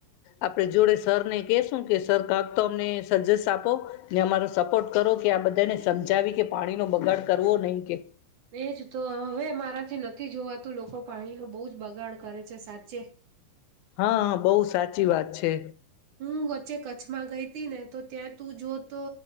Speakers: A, on the left; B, on the right.
A: આપણે જોડે સરને કેશું કે સર કાક તો અમને સજેસ આપો ને અમારો સપોર્ટ કરો કે આ બધાને સમજાવી કે પાણીનો બગાડ કરવો નહીં કે
B: એજ તો હવે મારાથી નથી જોવાતું લોકો પાણી નું બો જ બગાડ કરે છે સાચે.
A: હા બો સાચી વાત છે.
B: હું વચ્ચે કચ્છમાં ગઈ તી ને તો ત્યાં તું જો તો